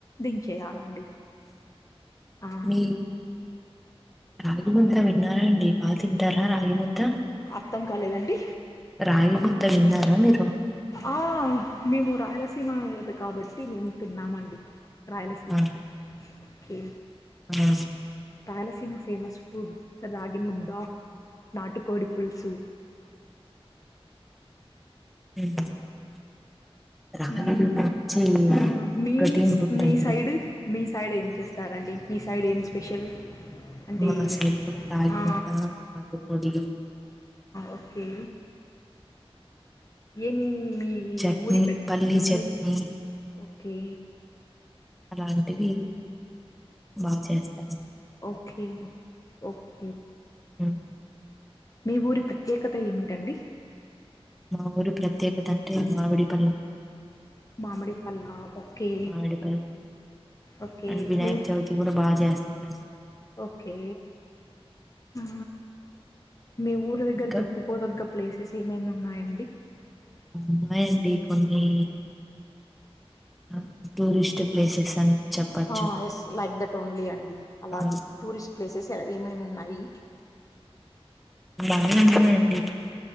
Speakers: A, on the left (about 35°); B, in the centre.
A: దించేయాలండి ఆ
B: మీ కాగుంత వినారాయణ బా తింటారా రగి ముద్ద
A: అర్థం కాలేదండి
B: రగి ముద్ద త విన్నారా మీరు
A: ఆ మేము రాయలసీమ కాబట్టి మేము తిన్నామండి రాయలసీమ
B: ఆ!
A: ఓకే
B: ఆ
A: ప్యాలసినో ఫేమస్ ఫుడ్ రాగి ముడ్ద్ద నాటుకోడి పులుసు
B: అ రాగి
A: ఉమ్
B: నుంచి
A: ఆ మీ
B: ప్రొటీన్
A: స్-
B: ఫుడ్
A: మీ
B: అండి
A: సైడ్ మీ సైడ్ ఏం చేస్తారండి మీ సైడ్ ఏం స్పెషల్ అంటే
B: మా సరుకుడ రయి
A: ఆ
B: ముత్త పాకు పొడిలి
A: ఓకే ఏమి మీ
B: చట్నీ,
A: ఊరి ప్ర
B: పల్లీ చట్నీ
A: మీస్ ఓకే ఒకే
B: అలాంటివి బాగా చేస్తా
A: ఓకే ఓకే
B: హ్మ్.
A: మీ ఊరి ప్రత్యేకత ఏమిటండి
B: మా ఊరు ప్రత్యేక తండ్రి మావిడి పలం
A: మామిడి పల్లా ఓకే
B: మామిడి పళ్ళు
A: ఓకే
B: అండ్ వినాయక
A: మీ
B: చవితి కూడా బాగా చేస్తారండి
A: ఓకే ఆ మీ ఊరి దగ్గర
B: ఇంకా
A: చెప్పుకోదగ్గ ప్లేసెస్ ఏమేమి ఉన్నాయాండి
B: ఉన్నాయ్ అండి కొన్ని అ టూరిస్ట్ ప్లేసెస్ అని చెప్పచ్చు
A: ఆ ఎస్ లైక్ దట్ ఓన్లీ అండి అలాగే
B: ఆ
A: టూరిస్ట్ ప్లేసెస్ తెర ఏమేమున్నాయి
B: <unintelligible>